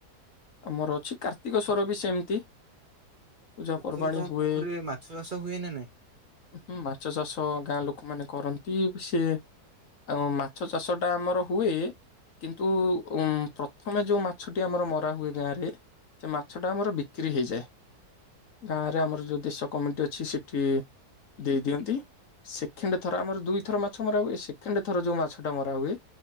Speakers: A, on the left (about 55°); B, on the right (about 40°).
A: ଆମର ଅଛି କାର୍ତ୍ତିକସ୍ୱର ବି ସେମିତି ପୂଜା
B: ପୋଖରୀ
A: ପର୍ବାଣୀ
B: ତମ
A: ହୁଏ
B: ପୋଖରୀ ରେ ମାଛ ଚାଷ ହୁଏ ନା ନାଇଁ?
A: ହୁଁ ମାଛ ଚାଷ ଗାଁ ଲୋକମାନେ କରନ୍ତି ସିଏ ଆଉ ମାଛ ଚାଷଟା ଆମର ହୁଏ କିନ୍ତୁ ଉଁ ପ୍ରଥମେ ଯୋଉ ମାଛଟି ଆମର ମରା ହୁଏ ଗାଁ ରେ ସେ ମାଛ ଟା ଆମର ବି କ୍ରି ହେଇଯାଏ
B: ହଁ।
A: ଗାଁରେ ଆମର ଯଉ ଦେଶ କମିଟି ଅଛି ସେଠି ଦେଇ ଦିଅନ୍ତି। ସେଖେଣ୍ଡ ଥର ଆମର ଦୁଇଥର ମାଛ ମରା ହୁଏ ସେଖେଣ୍ଡ ଥର ଯୋଉ ମାଛ ଟା ମରା ହୁଏ